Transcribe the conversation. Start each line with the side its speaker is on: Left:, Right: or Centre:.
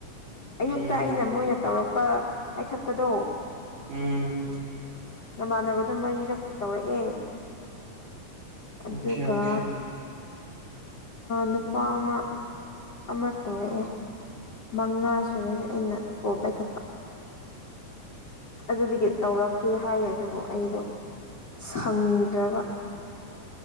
Left: ꯑꯌꯨꯛꯇ
Right: ꯎꯝ
Left: ꯑꯩꯅ ꯃꯣꯏꯅ ꯇꯧꯔꯛ ꯄꯥꯏꯈꯠꯄꯗꯣ
Right: ꯎꯝ
Left: ꯅꯃꯥꯟꯅꯕꯗꯣ ꯃꯔꯤꯔꯛ ꯇꯧꯔꯛꯑꯦ ꯑꯗꯨꯒ
Right: ꯑꯣꯀꯦ ꯑꯣꯀꯦ
Left: ꯅꯨꯄꯥ ꯑꯃ ꯑꯃꯔꯛ ꯇꯧꯔꯛꯑꯦ ꯃꯉꯥ ꯁꯨꯔꯦ ꯑꯩꯅ ꯀꯣ ꯄꯥꯏꯈꯠꯄ ꯑꯗꯨꯗꯒꯤ ꯇꯧꯔꯛꯀꯦ ꯍꯥꯏꯌꯦ ꯑꯗꯨꯕꯨ ꯑꯩꯗꯣ ꯁꯪꯗ꯭ꯔꯕ